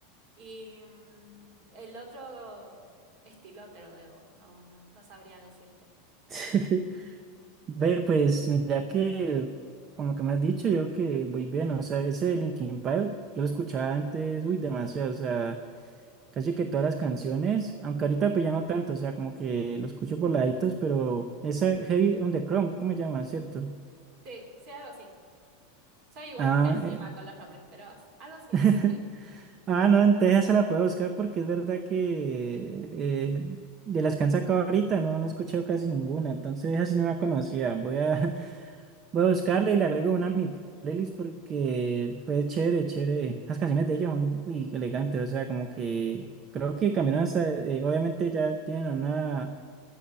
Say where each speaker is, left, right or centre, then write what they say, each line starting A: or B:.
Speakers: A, on the right (about 45°); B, on the right (about 25°).
A: Y mm, el otro estilo te lo debo, no, no, no sabría decirte.
B: <laughs> Ve, pues mira que con lo que me has dicho, yo creo que voy bien, o sea, ese de Linkin Park, yo lo escuchaba antes, uy, demasiado, o sea, casi que todas las canciones, aunque ahorita pues ya no tanto, o sea, como que lo escucho por laditos, pero esa Heavy on the Chrome, ¿cómo se llama, cierto?
A: Sí, sí, algo así. Soy igual
B: Ah,
A: pésima
B: eh,
A: con los nombres, pero as- algo así
B: <laughs>
A: es. <laughs>
B: Ah, no, entonces se la puedo buscar porque es verdad que eh, de las que han sacado ahorita no, no he escuchado casi ninguna, entonces así no la conocía. Voy a, <laughs> voy a buscarla y le agrego una a mi playlist porque pues chévere, chévere. Las canciones de ellos son muy elegantes, o sea, como que creo que cambiaron hasta, eh, obviamente ya tienen una,